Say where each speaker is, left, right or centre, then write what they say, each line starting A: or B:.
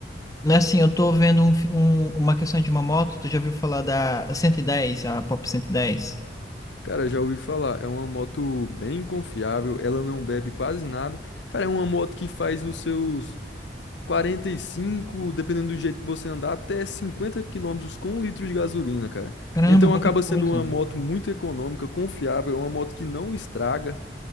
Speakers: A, on the left (about 20°); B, on the left (about 85°).
A: Né, Assim, eu tô vendo um, fi- um- uma questão de uma moto, tu já ouviu falar da cento e dez a Pop cento e dez
B: Cara, já ouvi falar, é uma moto bem confiável, ela não bebe quase nada. Cara, é uma moto que faz os seus 45 dependendo do jeito que você andar, até 50 quilômetros com um litro de gasolina, cara.
A: Caramba,
B: Então
A: é muita
B: acaba sendo
A: coisa.
B: uma moto muito econômica, confiável, é uma moto que não estraga.